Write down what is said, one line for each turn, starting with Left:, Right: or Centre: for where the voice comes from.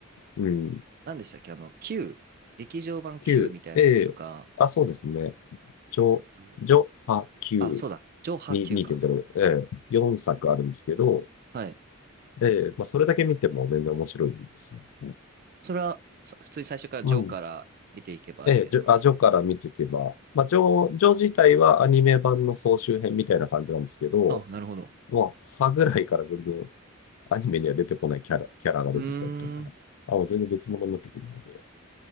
Left: うん、
Right: 何でしたっけあの、Q、劇場版
Left: 9、
Right: Q みたいなやつとか、
Left: ええ、あ、そうですね。ちょ、
Right: あと、
Left: ジョ、ハ、9、
Right: あ、そうだ、ジョーハー
Left: に2.0、
Right: Q か。
Left: ええ、4作あるんですけど、
Right: はい。
Left: ええ、まあ、それだけ見ても全然面白いですね。
Right: それは、さ普通に最初からジョーから見ていけばいいですか
Left: うん。ええ、ジョ、あ、ジョから見ていけば、まあ、ジョ、ジョ自体はアニメ版の総集編みたいな感じなんですけど、
Right: あ、なるほど。
Left: もう、歯ぐらいから全然アニメには出てこないキャラ、キャラが出てきたりとか、
Right: うーん。
Left: あ、もう全然別物になってくるので。